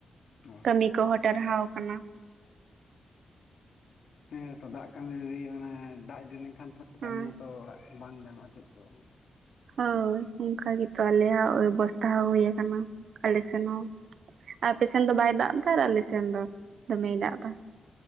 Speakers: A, on the left; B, on the right.
A: ᱚ
B: ᱠᱟᱹᱢᱤ ᱠᱚᱦᱚᱸ ᱴᱟᱨᱦᱟᱣ ᱠᱟᱱᱟ᱾
A: ᱦᱮᱸ ᱛᱚ ᱫᱟᱜ ᱠᱟᱹᱢᱤ ᱚᱱᱟ ᱫᱟᱜ ᱤᱫᱤ ᱞᱮᱱᱠᱷᱟᱱ <unintelligible>
B: ᱦᱮᱸ
A: ᱠᱟᱹᱢᱤ ᱦᱚᱸᱛᱚ ᱚᱲᱟᱜ ᱵᱟᱝ ᱜᱟᱱᱚᱜᱼᱟ ᱪᱮᱫ ᱠᱚ᱾
B: ᱦᱳᱭ ᱚᱱᱠᱟ ᱜᱮᱛᱚ ᱟᱞᱮᱭᱟᱜ ᱚᱵᱵᱚᱥᱛᱷᱟ ᱦᱚᱸ ᱦᱳᱭ ᱟᱠᱟᱱᱟ ᱟᱞᱮ ᱥᱮᱱ ᱦᱚᱸ? ᱟᱯᱮ ᱥᱮᱱ ᱫᱚ ᱵᱟᱭ ᱫᱟᱜ ᱮᱫᱟ ᱟᱨ ᱟᱞᱮ ᱥᱮᱱ ᱫᱚ ᱫᱚᱢᱮᱭ ᱫᱟᱜ ᱫᱟ᱾